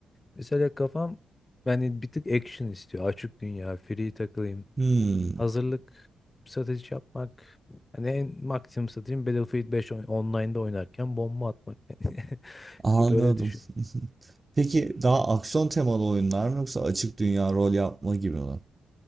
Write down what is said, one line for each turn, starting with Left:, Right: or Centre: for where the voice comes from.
Left: Mesela kafam yani bir tık action istiyor. Açık dünya, free takılayım.
Right: Hmm,
Left: Hazırlık, strateji yapmak. Hani en maksimum stratejim Battlefield beş on- online'da oynarken bomba atmak. <laughs> Yani
Right: anladım.
Left: ki böyle düşün.
Right: <laughs> Peki daha
Left: Bir tık
Right: aksiyon temalı oyunlar mı yoksa açık dünya rol yapma gibi mi?